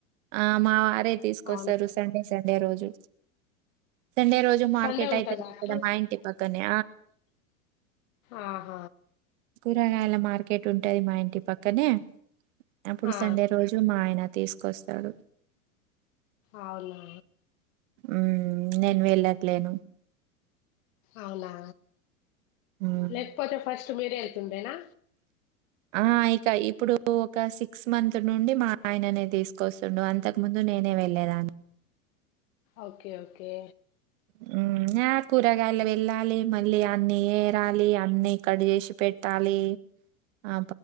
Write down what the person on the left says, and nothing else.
అవునా
సండే ఉంటదా
అటు
ఆహ
ఆ
అవునా
అవునా
లేకపోతే ఫస్ట్ మీరే వెళ్తుండేనా
ఓకే ఓకే